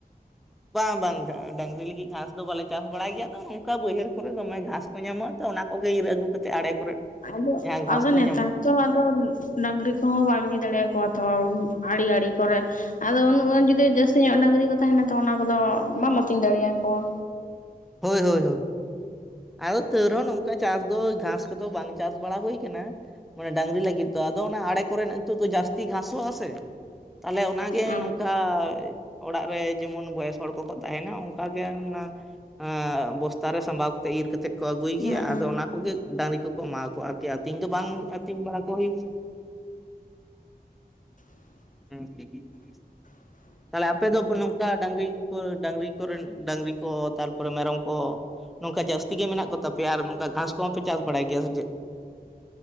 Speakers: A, in the centre; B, on the left.
A: ᱵᱟᱝ ᱵᱟᱝ ᱜᱟ ᱰᱟᱹᱝᱨᱤ ᱞᱟᱹᱜᱤᱫ ᱜᱷᱟᱸᱥ ᱫᱚ ᱵᱟᱞᱮ ᱪᱟᱥ ᱵᱟᱲᱟᱭ ᱜᱮᱭᱟ ᱛᱚ ᱱᱚᱝᱠᱟ ᱵᱟᱹᱭᱦᱟᱹᱲ ᱠᱚᱨᱮ ᱫᱚᱢᱮ ᱜᱷᱟᱸᱥ ᱠᱚ ᱧᱟᱢᱚᱜᱼᱟ ᱛᱚ ᱚᱱᱟ ᱠᱚᱜᱮ ᱤᱨ ᱟᱹᱜᱩ ᱠᱟᱛᱮᱫ ᱟᱲᱮ ᱠᱚᱨᱮ᱾
B: ᱟᱫᱚ
A: ᱡᱟᱦᱟᱸ ᱜᱷᱟᱥ
B: ᱟᱫᱚ
A: ᱠᱚ
B: ᱱᱮᱛᱟᱨ
A: ᱧᱟᱢᱚᱜᱼᱟ
B: ᱛᱚ ᱟᱫᱚ ᱰᱟᱝᱨᱤ ᱠᱚᱦᱚᱸ ᱵᱟᱢ ᱤᱫᱤ ᱫᱟᱲᱮᱭᱟᱠᱚᱣᱟ ᱛᱚ ᱟᱲᱮ ᱟᱲᱮ ᱠᱚᱨᱮ ᱟᱫᱚ ᱩᱱᱩᱜ ᱜᱟᱱ ᱡᱩᱫᱤ ᱡᱟᱹᱥᱛᱤ ᱧᱚᱜ ᱰᱟᱹᱝᱨᱤ ᱠᱚ ᱛᱟᱦᱮᱱᱟ ᱛᱚ ᱚᱱᱟ ᱠᱚᱫᱚ ᱵᱟᱢ ᱟᱹᱛᱤᱧ ᱫᱟᱲᱮᱭᱟᱠᱚᱣᱟ᱾
A: ᱦᱳᱭ ᱦᱳᱭ ᱦᱳᱭ ᱟᱫᱚ ᱛᱟᱹᱣ ᱨᱮᱦᱚᱸ ᱱᱚᱝᱠᱟ ᱪᱟᱥ ᱫᱚ ᱜᱷᱟᱸᱥ ᱠᱚᱫᱚ ᱵᱟᱝ ᱪᱟᱥ ᱵᱟᱲᱟ ᱦᱩᱭ ᱟᱠᱟᱱᱟ ᱢᱟᱱᱮ ᱰᱟᱝᱨᱤ ᱞᱟᱹᱜᱤᱫ ᱫᱚ ᱟᱫᱚ ᱚᱱᱟ ᱟᱲᱮ ᱠᱚᱨᱮᱱᱟᱜ ᱱᱤᱛᱚᱜ ᱫᱚ ᱡᱟᱹᱥᱛᱤ ᱜᱷᱟᱸᱥᱚᱜᱼᱟᱥᱮ ᱛᱟᱦᱞᱮ ᱚᱱᱟᱜᱮ
B: ᱦᱮᱸ
A: ᱱᱚᱝᱠᱟ ᱟᱻᱭ ᱚᱲᱟᱜ ᱨᱮ ᱡᱮᱢᱚᱱ ᱵᱚᱭᱮᱥ ᱦᱚᱲ ᱠᱚᱠᱚ ᱛᱟᱦᱮᱱᱟ ᱚᱱᱠᱟ ᱜᱮ ᱚᱱᱟ ᱮᱸ ᱵᱚᱥᱛᱟ ᱨᱮ ᱥᱟᱢᱵᱟᱣ ᱠᱟᱛᱮᱜ ᱤᱨ ᱠᱟᱛᱮᱜ ᱠᱚ ᱟᱹᱜᱩᱭ
B: ᱦᱮᱸ
A: ᱜᱮᱭᱟ ᱟᱫᱚ ᱚᱱᱟ ᱠᱚᱜᱮ ᱰᱟᱝᱨᱤ ᱠᱚᱠᱚ ᱮᱢᱟᱣ ᱠᱚᱣᱟ ᱟᱨ ᱟᱹᱛᱤᱧ ᱫᱚ ᱵᱟᱝ ᱟᱹᱛᱤᱧ ᱵᱟᱝᱲᱟ ᱠᱚ ᱦᱩᱭᱩᱜ ᱦᱮᱸ <unintelligible> ᱛᱟᱦᱞᱮ ᱟᱯᱮ ᱫᱚ ᱱᱚᱝᱠᱟ ᱰᱟᱝᱨᱤ ᱠᱚ ᱰᱟᱝᱨᱤ ᱠᱚᱨᱮᱱ ᱰᱟᱝᱨᱤ ᱠᱚ ᱛᱟᱨ ᱯᱚᱨᱮ ᱢᱮᱨᱚᱢ ᱠᱚ ᱱᱚᱝᱠᱟ ᱡᱟᱹᱥᱛᱤ ᱜᱮ ᱢᱮᱱᱟᱜ ᱠᱚᱛᱟᱯᱮᱭᱟ ᱟᱨ ᱱᱚᱝᱠᱟ ᱜᱷᱟᱸᱥ ᱠᱚᱦᱚᱸᱯᱮ ᱪᱟᱥ ᱵᱟᱲᱟᱭ ᱜᱮᱭᱟ ᱥᱮ ᱪᱮᱫ?